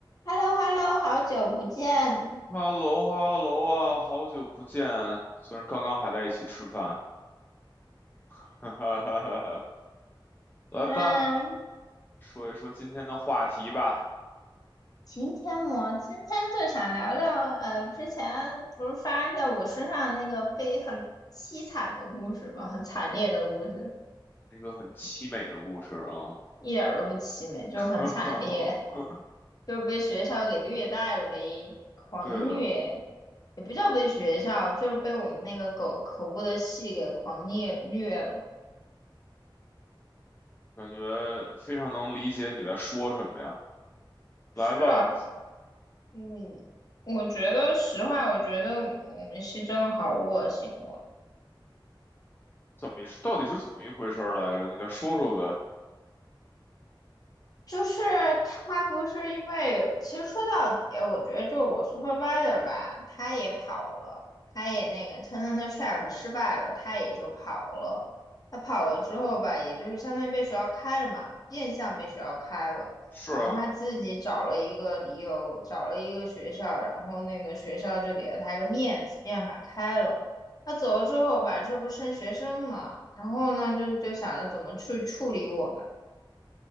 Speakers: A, on the left (about 45°); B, on the left (about 25°).
A: h e l l o h e l l o 好久不见。
B: 哈喽哈喽啊，好久不见！虽然刚刚还在一起吃饭，<laughs> 哈哈哈哈哈。来吧，
A: 嗯，
B: 说一说今天的话题吧，
A: 今天我今天就想聊聊，呃，之前不是发生在我身上那个被很凄惨的故事吗？很惨烈的故事，
B: 一个很凄美的故事啊。
A: 一点儿都不凄美，就是很惨烈，
B: <laughs>
A: 就是被学校给虐待了呗，狂虐，
B: 对的，
A: 也不叫被学校，就是被我们那个狗可恶的系给狂虐虐了。
B: 感觉非常能理解你在说什么呀。
A: 是，
B: 来吧，
A: 嗯，我觉得实话，我觉得我们是真的好恶心哦。
B: 怎么到底是怎么一回事儿来着？你再说说呗。
A: 就是他不是因为，其实说到底，我觉得就是我 supervisor 吧，他也跑了，他也那个 talent track 失败了，他也就跑了。他跑了之后吧，也就是相当于被学校开了嘛，变相被学校开了。
B: 是啊，
A: 然后他自己找了一个理由，找了一个学校，然后那个学校就给了他一个面子，便把开了。他走了之后吧，这不剩学生嘛，然后呢，就就想着怎么去处理我们。